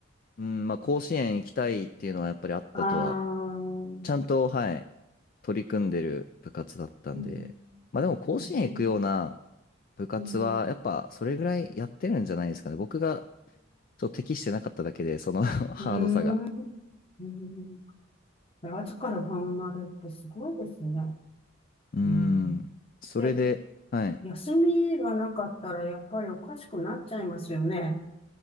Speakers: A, on the left; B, on the left.
A: うん、まあ甲子園行きたいっていうのはやっぱりあったとは
B: ああ、うん、
A: ちゃんと、はい、取り組んでる部活だったんで、
B: うん、
A: まあでも甲子園行くような
B: うん、
A: 部活は、
B: うん、
A: やっぱそれぐらいやってるんじゃないですかね。僕がちょっと適してなかっただけで、その <laughs> ハードさが。
B: うん、うん朝から晩までってすごいですね。
A: うーん、
B: うん、
A: それで、
B: で、
A: はい。
B: 休みがなかったらやっぱりおかしくなっちゃいますよね。